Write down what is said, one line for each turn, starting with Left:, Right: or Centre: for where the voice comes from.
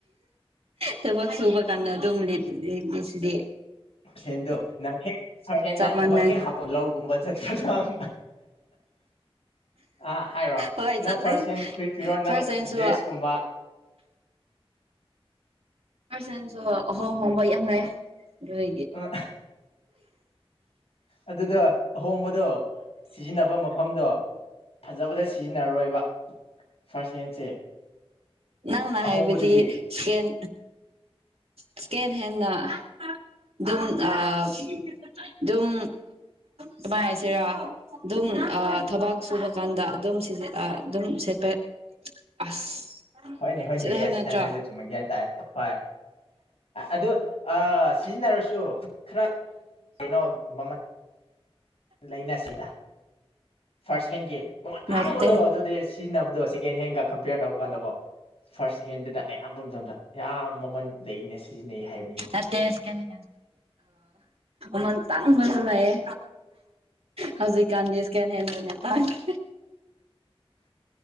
Right: ꯇꯕ ꯁꯨꯕ ꯀꯥꯟꯅ ꯑꯗꯨꯝ ꯂꯩꯁꯤꯗꯤ
Left: ꯁꯦꯟꯗꯣ ꯅꯪ ꯍꯦꯛ ꯍꯦꯟꯅꯪ
Right: ꯆꯞ ꯃꯥꯟꯅꯩ
Left: ꯍꯦꯛ ꯍꯥꯞꯄꯣ ꯂꯧꯒꯨꯝꯕ ꯆꯠꯇꯅ <inaudible> ꯑꯥ ꯍꯥꯏꯔꯣ
Right: ꯍꯣꯏ
Left: ꯅꯪ
Right: ꯆꯠꯂꯦ
Left: ꯐꯥꯔꯁꯦꯟ ꯐꯨꯔꯤ ꯐꯤꯔꯣ ꯅꯪ
Right: ꯐꯥꯔꯁ ꯍꯦꯟꯁꯨ
Left: ꯗ꯭ꯔꯦꯁꯀꯨꯝꯕ
Right: ꯑꯁꯟꯁꯨ ꯑꯍꯣꯡ ꯑꯍꯣꯡꯕ ꯌꯥꯝ ꯂꯩꯑ ꯑꯗꯨ
Left: ꯑ ꯑꯗꯨꯗ ꯑꯍꯣꯡꯕꯗꯣ ꯁꯤꯖꯤꯟꯅꯕ ꯃꯐꯝꯗꯣ ꯐꯖꯕꯗ ꯁꯤꯖꯤꯟꯅꯔꯣꯏꯕ ꯐꯥꯔꯁ ꯍꯦꯟꯁꯦ
Right: ꯅꯪꯅ
Left: ꯑꯍꯣꯡꯕꯗꯨꯗꯤ
Right: ꯍꯥꯏꯕꯗꯤ ꯆꯀꯦꯟ ꯏꯁꯀꯦꯟ ꯍꯦꯟꯅ ꯑꯗꯨꯝ ꯑꯗꯨꯝ ꯀꯃꯥꯏꯅ ꯍꯥꯏꯁꯤꯔꯥ ꯑꯗꯨꯝ ꯊꯕꯥꯛ ꯁꯨꯕ ꯀꯥꯟꯗ ꯑꯗꯨꯝ ꯑꯗꯨꯝ ꯁꯠꯄ ꯑꯁ
Left: ꯍꯣꯏꯅꯦ ꯍꯣꯏꯅꯦ
Right: ꯆꯠꯂꯦ
Left: ꯌꯦꯁ
Right: ꯍꯥꯏꯕ ꯅꯠꯇ꯭ꯔꯣ
Left: ꯅꯪ ꯍꯥꯏꯕꯗꯨ ꯆꯨꯝꯃꯦ ꯒ꯭ꯌꯥꯟ ꯇꯥꯏꯦ ꯍꯣꯏ ꯑꯗꯨ ꯁꯤꯖꯤꯟꯅꯔꯁꯨ ꯈꯔ ꯀꯩꯅꯣ ꯃꯃꯜ ꯂꯩꯅꯁꯤꯗ ꯐꯥꯔꯁ ꯍꯦꯟꯒꯤ ꯃꯃꯜ ꯇꯥꯡꯕꯗꯣ
Right: ꯅꯠꯇꯦ
Left: ꯑꯗꯨꯗꯤ ꯁꯤꯖꯤꯟꯅꯕꯗꯣ ꯁꯦꯀꯦꯟ ꯍꯦꯟꯒ ꯀꯝꯄꯦꯌꯔ ꯇꯧꯕ ꯀꯥꯟꯗꯀꯣ ꯐꯥꯔꯁ ꯍꯦꯟꯗꯨꯗ ꯑꯌꯥꯝꯕ ꯃꯇꯝꯗ ꯌꯥꯝꯌꯥꯝ ꯃꯃꯟ ꯂꯩꯅ ꯁꯤꯖꯤꯟꯅꯩ ꯍꯥꯏꯕ
Right: ꯑ ꯇꯁ ꯀꯅꯦ ꯑ ꯇꯥꯡꯕꯁꯨ ꯂꯩꯌꯦ ꯍꯧꯖꯤꯛꯀꯥꯟꯗꯤ ꯁꯦꯀꯦꯟ ꯍꯦꯟ ꯑꯣꯏꯅ ꯇꯥꯡꯉꯦ